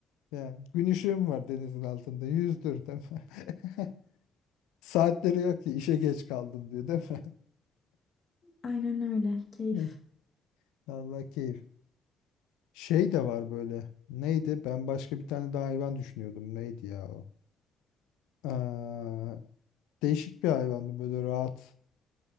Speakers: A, on the left (about 65°); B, on the left (about 35°).
A: Yani gün ışığım var denizin altında. Yüzdür değil mi? <laughs> Saatleri yok ki işe geç kaldım diyor değil mi?
B: Aynen öyle. Keyif.
A: <laughs> Heh. Allah keyif. Şey de var böyle. Neydi? Ben başka bir tane daha hayvan düşünüyordum. Neydi ya o? Aa, değişik bir hayvandı böyle rahat.